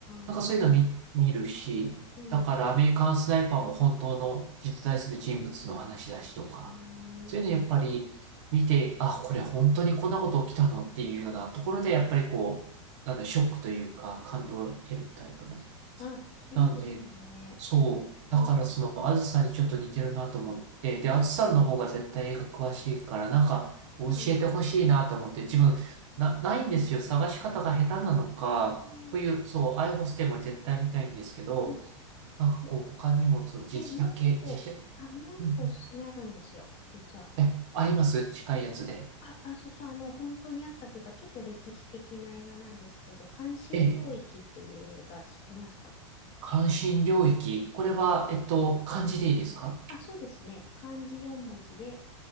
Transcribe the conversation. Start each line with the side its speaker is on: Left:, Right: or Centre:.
Right: なんかそういうの見、
Left: あ、
Right: 見るし、
Left: うん。
Right: だからアメリカンスナイパーも本当の実在する人物の話だしとか、
Left: うー
Right: そういうのやっぱり見て、
Left: ん。
Right: あ、これ本当にこんなこと起きたのっていうようなところで、やっぱりこう、なんだ、ショックというか感動を得るタイプなの。
Left: ああ、そ、あ、そうですよね。
Right: なんで、そう。だからその、
Left: うん、う
Right: あずさにちょっと似てるなと思って、で、あずさんの方が絶対映画詳しいから、なんか教えてほしいなと思って、
Left: ん。いいよ。
Right: 自分、な、ないんですよ。探し方が下手なのか、
Left: うん。
Right: こういう、そう、アイホステイも絶対見たいんですけど、
Left: うん
Right: なんかこう、
Left: え、
Right: 他にも、そう、実写系、
Left: え、もう一個。
Right: 実写、
Left: あ、もう一個おすすめあるんですよ、
Right: うんうん。
Left: 実は。
Right: え、あります近いやつで。
Left: あ、あ、そうそう、あの、本当にあったというか、ちょっと歴史的な映画なんですけど、関心領域っていう映画知ってますか
Right: ええ、関心領域。これは、えっと、漢字でいいですか
Left: あ、そうですね。漢字四文字で、